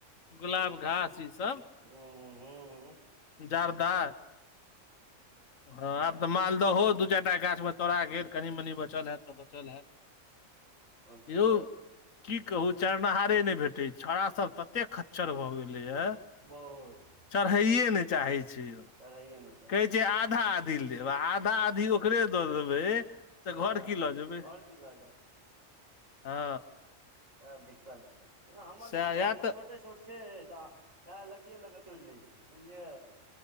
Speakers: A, on the left (about 75°); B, on the right (about 75°).
A: गुलाब घास ईसब
B: उंउंउंउं
A: जार्दा हँ आब तऽ मालदहो दू चारि टा गाछमे तोड़ा गेल कनि मनि बचल हयैत तऽ बचल हयैत
B: अच्छा
A: यौ की कहू चरेनिहारे नहि भेटै छै छौड़ा सब तते खच्चर भए गेलैया
B: बहुत
A: चढ़ैए नहि चाहै छै यौ
B: चरहैये न छै
A: कहै छै आधा आधी लेब आ आधा आधी ओकरे दऽ देबै
B: हँ
A: तऽ घर की
B: घर
A: लऽ जेबै
B: की लऽ जायब
A: हँ
B: बरा दिक्कत छै ओना हम्मर
A: सएह
B: सबके गाछ
A: या
B: तऽ छोटे छोट छै तऽ लगियए लऽ कऽ तोड़ लै छिय बुझलियै